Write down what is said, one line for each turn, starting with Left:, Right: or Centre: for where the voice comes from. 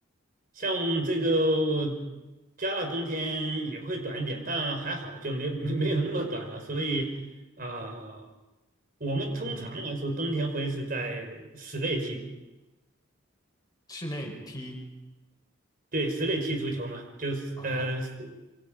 Right: 像这个我加拿大冬天也会短一点，但还好就没没没有那么短了，所以啊。我们通常来说，
Left: 嗯，
Right: 冬天会是在室内踢，
Left: 室内踢
Right: 对，室内踢足球嘛，就是呃，
Left: 啊，
Right: 室